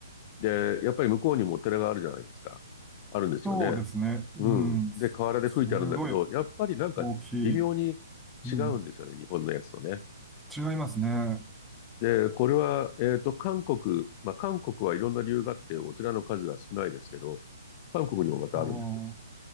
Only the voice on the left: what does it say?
で、やっぱり向こうにもお寺があるじゃないですか。あるんですよね。
うん。
で、河原で吹いてあるんだけど、
やっぱりなんか微妙に
違うんですよね、日本のやつとね。
で、これは、えっと、韓国、まあ、韓国はいろんな理由があって、お寺の数が少ないですけど、韓国にもまたあるんですよ。